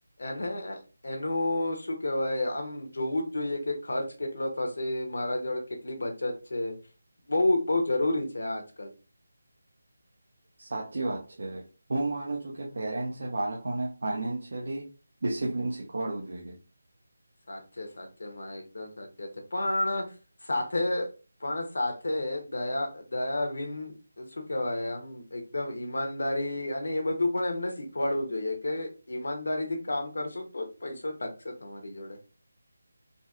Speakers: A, on the left; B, on the right.
A: એને એનું શું કેવાય આમ જોવું જ જોઈએ કે ખર્ચ કેટલો થશે મારા જોડે કેટલી બચત છે. બઉ બઉ જરૂરી છે આજ કલ.
B: સાચી વાત છે. હું માનું છું કે પેરેન્ટસે બાળકોને ફાઈનેન્શિયલી ડિસિપ્લિન શીખવાડવું જોઈએ.
A: સાચે સાચેમાં એકદમ સાચી વાત છે. પણ સાથે પણ સાથે દયા દયા વિન શું કેવાય આમ એકદમ ઈમાનદારી અને એ બધું પણ એમને શીખવાડવું જોઈએ કે ઈમાનદારી થી કામ કરશો તો જ પૈસો ટકશે તમા રી જોડે.